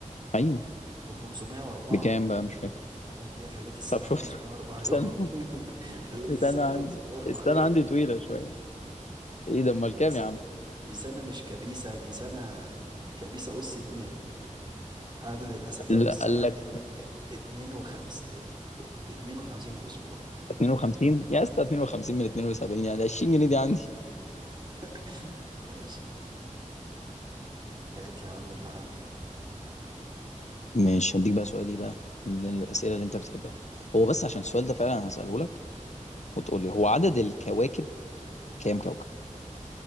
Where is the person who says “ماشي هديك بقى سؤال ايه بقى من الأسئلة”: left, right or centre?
Left